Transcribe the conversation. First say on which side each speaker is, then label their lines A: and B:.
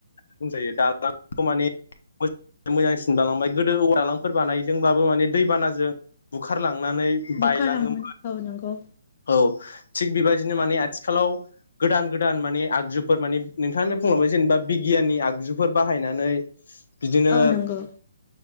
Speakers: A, on the left; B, on the left.
A: बुंजायो दालांखौ माने मोजांसिन बालांबाय गोदो औवालांफोर बानायदोंबाबो माने दैबानाजों बुखारलांनानै
B: बुखारलाङोमोन
A: बायलाङोमोन
B: औ नंगौ
A: औ थिग बेबायदिनो माने आथिखालाव गोदान गोदान माने आगजुफोर माने नोंथाङा बुंलांबाय जेनेबा बिगियाननि आगजुफोर बाहायनानै बिदिनो
B: औ नंगौ